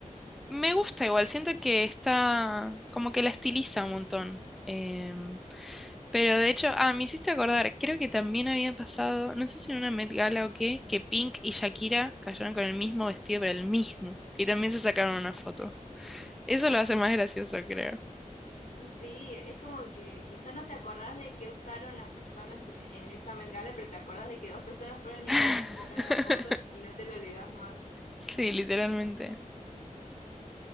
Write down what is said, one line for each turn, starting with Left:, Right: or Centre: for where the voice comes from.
Centre: Me gusta igual, siento que está como que la estiliza un montón. em, pero de hecho, ah, me hiciste acordar, creo que también había pasado, no sé si en una Met Gala o qué, que Pink y Shakira cayeron con el mismo vestido, pero el mismo. Y también se sacaron una foto. Eso lo hace más gracioso, creo.
Left: Sí, es como que quizá no te acordás de qué usaron las personas en, en esa Met Gala, pero te acordás de que dos personas fueron iguales
Centre: <laughs>
Left: y se sacaron una foto y no te lo olvidás más.
Centre: Sí, literalmente.